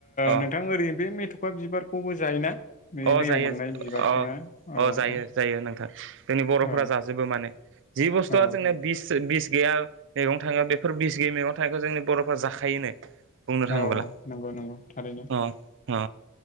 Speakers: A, on the right; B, on the left.
A: अ
B: नोंथां ओरैनो बे मेथ'खा बिबारखौबो जायोना? बे
A: अ
B: दैयाव
A: जायो
B: मोननाय बिबारखौ
A: अ
B: ना। औ
A: अ जायो
B: औ
A: जायो नोंथां जोंनि बर'फोरा
B: औ
A: जाजोबो माने जि बुस्थुआ
B: औ
A: जोंना बिस बिस गैया मैगं थाङो बेफोर बिस गैयै मैगं थाङनायखौ जोंनि बर'फ्रा जाखायोनो बुंनो थाङोब्ला
B: औ नंगौ नंगौ थारैनो
A: अ अ